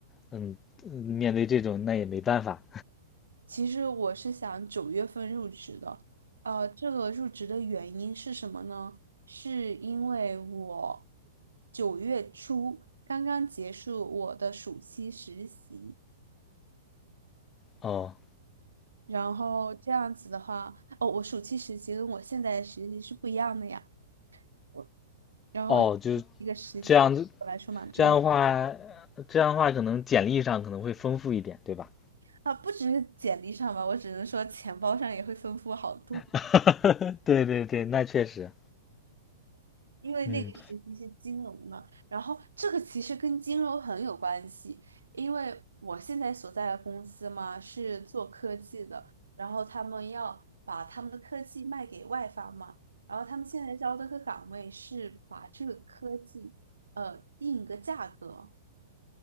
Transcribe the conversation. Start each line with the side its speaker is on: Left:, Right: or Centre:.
Left: 嗯，嗯面对这种那也没办法。
Right: 其实我是想九月份入职的，呃，这个入职的原因是什么呢？是因为我九月初刚刚结束我的暑期实习，
Left: 哦
Right: 然后这样子的话，哦，我暑期实习跟我现在的实习是不一样的呀，我然后
Left: 哦，就
Right: 一个实习对我来说嘛，
Left: 这样子，
Right: 重要
Left: 这样的话，这样的话可能简历上可能会丰富一点，对吧？
Right: 啊，不只是简历上吧，我只能说钱包上也会丰富好多。
Left: <laughs> 对对对，那确实，
Right: 因为那个时期是金融嘛，
Left: 嗯。
Right: 然后这个其实跟金融很有关系，因为我现在所在的公司嘛是做科技的，然后他们要把他们的科技卖给外方嘛，然后他们现在招的个岗位是把这个科技呃定一个价格，